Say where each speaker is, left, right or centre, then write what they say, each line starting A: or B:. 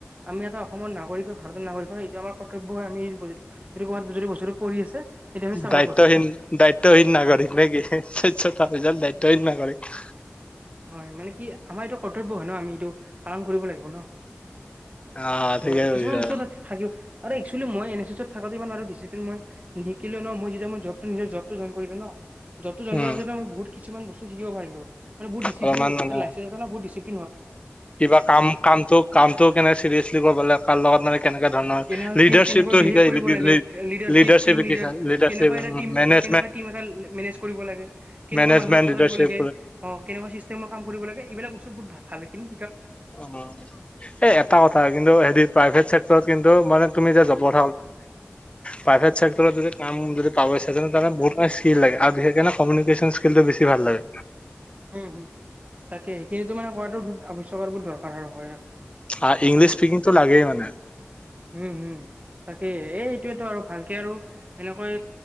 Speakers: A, on the right; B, on the left.
A: আমি এটা অসমৰ নাগৰিক হয় ভাৰতৰ নাগৰিক হয় এইটো আমাৰ কৰ্তব্য হয়। আমি যিটো ক'ৰবাত যদি বস্ততোপৰি আছে। সেইটো আমি চাফা
B: দায়িত্বহীন
A: কৰো
B: দায়িত্বহীন নাগৰিক নে কি <inaudible> তাপিছ দায়িত্বহীন নাগৰিক
A: হয় মানে কি আমাৰ এইটো কৰ্তব্য হয় ন। আমি এইটো পালন কৰিব লাগিব ন।
B: অ
A: ছ
B: ঠিকে কৈছা
A: কিছুমান বতৰ থাকি আৰু একচুৱেলি মই এন এছছত থাকোঁ‌তে ইমান আৰু ডচিপ্লিন মই নিশিকিলো ন মই যেতি মইব নি জবটো জইন কৰিলো ন। যবটো জইন
B: উম
A: কৰ পিছ মইহুত কিছুমানবস্তু শিকিব পাৰিলো মান বহুত ডচিপলিন
B: অলপমান মানে
A: এটা লত।
B: কিবা কাম কামটো কামটো কেনে চিৰিয়াছলি কৰিব লাগে কাৰ লগত মানে কেনেককা ধৰণৰ
A: কেনে
B: লিডাৰশ্বিপতটো
A: কি কেনেকৈ বিহেভ
B: শিকাই
A: কৰিব লাগে
B: লিডাৰশ্বিপ
A: টিম লিডাৰ
B: শিক লিডাৰশ্বিপ
A: কেনেকুৱা এটা টিম
B: মেনেজ
A: কেনেকুৱা টিম এটা মেনেজ কৰিব লাগে। কেনেকুৱা
B: মেনেজমেন্ট
A: মানুহ লগত কথা
B: লিডাৰশ্বিপ
A: দিব লাগে অ' কেনেকুৱা চিষ্টেমৰ কাম কৰিব লাগে। এইবিলাক বস্তু ভাল হয় কিন্তু।
B: অ এই এটা কথা কিন্তু হে প্ৰাইভেট চে। কিন্ত মানে তুমি যে জবৰ প্ৰাইভেট চেকটৰত যদি কাম যদি পাবা। বহুত ম স্কিল লাগে আৰু বিশেষে কমিউনিকেশ্যন স্কিলটো বেছি ভাল লাগে।
A: উম উম তাকে সেইতো মানে কৰাটোত আৱশ্যয়ক ব দৰকাৰ হয় আৰু।
B: আৰু ইংলিছ স্পিকিংটো লাগে মানে।
A: উম, হুম, তাকে এই এইটোৱেতো আৰু ভালকে আৰু এনেকৈ।